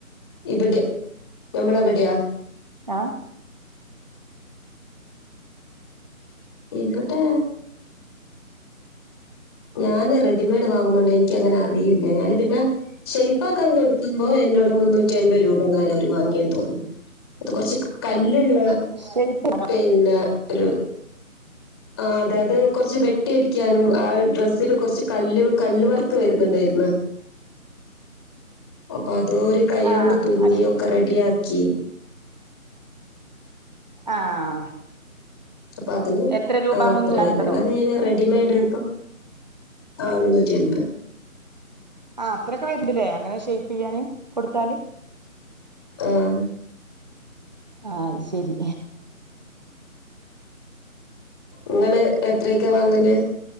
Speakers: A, on the left (about 15°); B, on the right (about 30°).
A: ഇവിടെയാ നമ്മളെ ഇവിടെയാ?
B: ആഹ്
A: ഇബടേ? ഞാന് റെഡിമേഡ് വാങ്ങുന്നോണ്ട് ഇനിക്ക് അങ്ങനെ അറിയില്ല ഞാന് പിന്നെ ഷെയ്പ്പാക്കാൻ കൊടുക്കുമ്പോ എന്നോട് മുന്നൂറ്റി അൻപത് രൂപ എങ്ങാനോ ഓര് വാങ്ങിയെന്ന് തോന്നുന്നു അത് കൊറച്ച് കല്ല് ഇള്ള
B: ഷേയ്പ്പാണോ?
A: പിന്നെ ഒരു ആഹ് അതെ അത് കൊറച്ച് വെട്ടിയടിക്കാനും ആ ഡ്രസ്സില് കൊറച്ച് കല്ല് കല്ല് വർക്ക് വരുന്നുണ്ടായിരുന്ന് അപ്പൊ അത് ഓര് കയ്യോണ്ട്
B: ആഹ്
A: തുന്നി
B: അത് ശരി
A: ഒക്കെ റെഡിയാക്കി
B: ആഹ്
A: അപ്പൊ അതിന്
B: എത്ര രൂപ
A: ആഹ് അത്ര
B: മുന്നൂറ്റി
A: വരുന്നെ
B: അൻപതോ
A: അല്ലാതെ ഞാൻ റെഡി മേട് ഇപ്പം ആഹ് മുന്നൂറ്റി എൺപത്
B: ആഹ് അത്രൊക്കെ വര്ണ്ട്ല്ലേ? അങ്ങനെ ഷേയ്പ്പ് ചെയ്യാന് കൊടുത്താല്?
A: ആഹ്
B: ആഹ് അഹ്ശരി
A: ഇങ്ങള് എത്രയെക്കെ വാങ്ങല്?